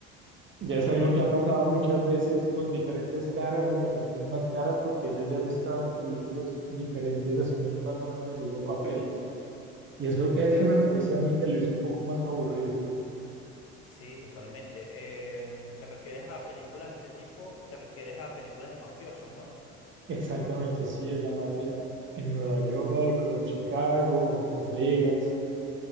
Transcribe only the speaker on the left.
sí,
es-
sí,
sí.
Sí, totalmente. Em, ¿te refieres a películas de este tipo? ¿Te refieres a películas de mafiosos, no?
Sí,